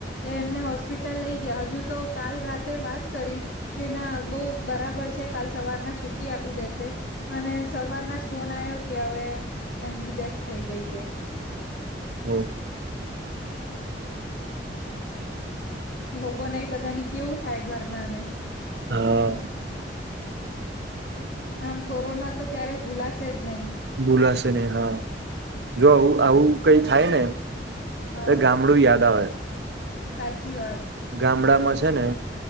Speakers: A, on the left; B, on the right.
A: એ એમને હોસ પીટલ લઈ ગયા હજુ તો કાલ રાતે વાત કરી કે ના બહુ બરાબર છે કાલ સવારના છુટી આપી દેશે અને સવારના જ ફોન આયો કે હવે એમની ડેથ થઈ ગઈ કે.
B: ઓહ.
A: લોકોને એ બધાની કેવું થાય ઘરના ને.
B: હા.
A: આમ કોરોના તો ક્યારે ભૂલાશે જ નહી.
B: ભૂલાશે નહીં હા જો આવું આવું કઈ થાય ને
A: હા
B: એ ગામડું યાદ આવે.
A: સાચી વાત.
B: ગામડામાં છે ને